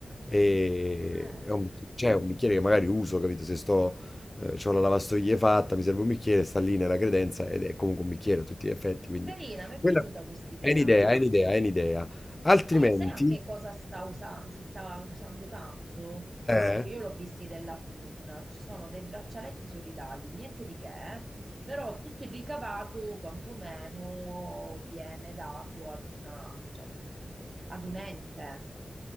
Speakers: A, on the left; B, on the right.
A: e
B: Eh,
A: è un, c'è un bicchiere che magari uso, capito? Se sto, eh, c'ho la lavastoviglie fatta, mi serve un bicchiere, sta lì nella credenza ed è comunque un bicchiere a tutti gli effetti. Quindi
B: carina, mi è
A: quella
B: piaciuta quest'idea.
A: è un'idea, è un'idea, è un'idea. Altrimenti...
B: Poi sai anche cosa sta usa- si sta usando tanto?
A: Eh?
B: Tipo, io l'ho visti della Thun, ci sono dei braccialetti solidali, niente di che, eh, però tutto il ricavato quantomeno viene dato ad una, diciamo, ad un ente.